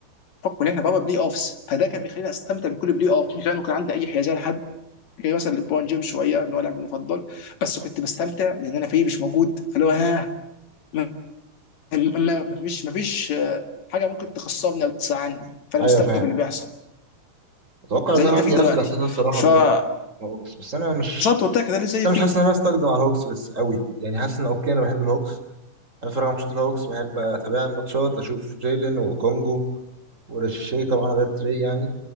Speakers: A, on the left; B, on the right.
A: فكوا ان احنا بابا بلاي اوفس فده كان بيخليني استمتع بكل بلاي اوف مش لانه كان عندي اي حيازيه لحد كان مثلا لبرون جيمس شويه ان هو لاعبي المفضل بس كنت بستمتع لان انا فيه مش موجود فاللي هو ها ما ما- ما فيش ما فيش حاجه ممكن تخسرني او تزعلني فانا
B: ايوه
A: مستمتع
B: فاهم
A: باللي بيحصل
B: اتوقع
A: زي
B: ان
A: اللي
B: انا
A: انت
B: عندي
A: فيه دلوقتي
B: نفس الاحساس ده الصراحه
A: فبسطت
B: دلوقتي مع الهوكس بس انا مش
A: قلت لك ده اللي زي
B: انا
A: فيه
B: مش حاسس ان انا استخدم على الهوكس بس قوي يعني حاسس ان اوكي انا بحب الهوكس انا بتفرج على ماتشات الهوكس بحب اتابع الماتشات اشوف جيلين وكونجو وريشي طبعا غير تري يعني